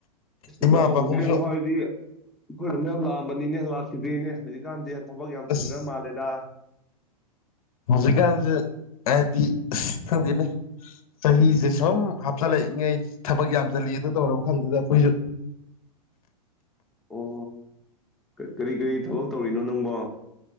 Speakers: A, on the left (about 60°); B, in the centre.
A: ꯏꯃꯥ
B: ꯏꯅꯥꯎ
A: ꯄꯥꯕꯨꯡꯁꯨ
B: <unintelligible> ꯑꯩꯈꯣꯏꯅ ꯅ ꯌꯥꯝ ꯂꯥꯛꯑꯝꯕꯅꯤꯅꯦ ꯂꯥꯛꯈꯤꯗꯦꯅꯦ ꯍꯧꯖꯤꯛꯀꯥꯟꯗꯤ ꯊꯕꯛ ꯌꯥꯝ
A: ꯑꯁ
B: ꯆꯤꯟꯈ꯭ꯔ ꯃꯥꯜꯂꯦꯗ
A: ꯍꯧꯖꯤꯛꯀꯥꯟꯁꯦ ꯍꯥꯏꯗꯤ ꯈꯪꯗꯦꯅꯦ ꯆꯍꯤꯁꯦ ꯁꯨꯝ ꯍꯥꯞꯆꯤꯜꯂꯛꯏꯉꯩ ꯊꯕꯛ ꯌꯥꯝꯁꯤꯜꯂꯤ ꯑꯗꯨ ꯇꯧꯔꯕ ꯈꯗꯨꯗ ꯑꯩꯈꯣꯏꯁꯨ
B: ꯑꯣ ꯀꯔꯤ ꯀꯔꯤ ꯊꯕꯛ ꯇꯧꯔꯤꯅꯣ ꯅꯪꯕꯣ